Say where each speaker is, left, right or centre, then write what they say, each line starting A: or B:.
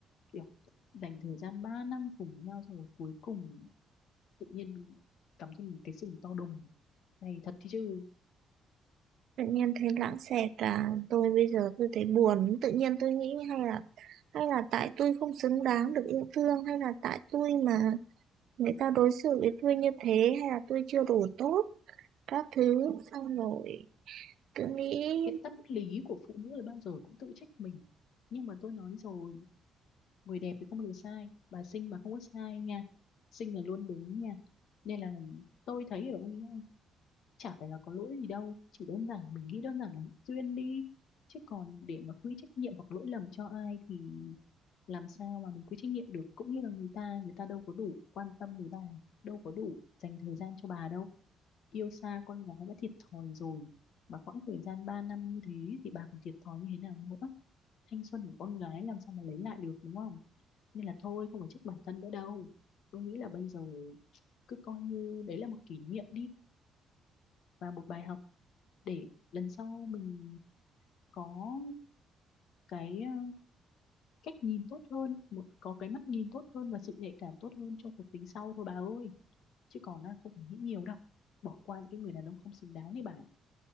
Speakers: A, on the left; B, on the right.
A: kiểu dành thời gian 3 năm cùng nhau xong rồi cuối cùng tự nhiên cắm cho mình cái sừng to đùng này thật chứ
B: tự nhiên thấy lãng xẹt à tôi bây giờ tôi thấy buồn tự nhiên tôi nghĩ hay là hay là tại tôi không xứng đáng được yêu thương hay là tại tôi mà người ta đối xử với tôi như thế hay là tôi chưa đủ tốt các thứ xong rồi cứ nghĩ
A: cái tâm lý của phụ nữ là bao giờ cũng tự trách mình nhưng mà tôi nói rồi người đẹp thì không bao giờ sai bà xinh mà không có sai nha xinh là luôn đúng nha nên là tôi thấy ở ông ấy chả phải là có lỗi gì đâu chỉ đơn giản mình nghĩ đơn giản là duyên đi chứ còn để mà quy trách nhiệm hoặc lỗi lầm cho ai thì làm sao mà mình quy trách nhiệm được cũng như là người ta người ta đâu có đủ quan tâm với bà đâu có đủ dành thời gian cho bà đâu yêu xa con gái đã thiệt thòi rồi mà quãng thời gian 3 năm như thế thì bà còn thiệt thòi như thế nào nữa thanh xuân của con gái làm sao mà lấy lại được đúng không nên là thôi không phải trách bản thân nữa đâu tôi nghĩ là bây giờ cứ coi như đấy là một kỷ niệm đi và một bài học để lần sau mình có cái ờ, cách nhìn tốt hơn một có cái mắt nhìn tốt hơn và sự nhạy cảm tốt hơn trong cuộc tình sau thôi bà ơi chứ còn ờ, không phải nghĩ nhiều đâu bỏ qua những cái người đàn ông không xứng đáng đấy bà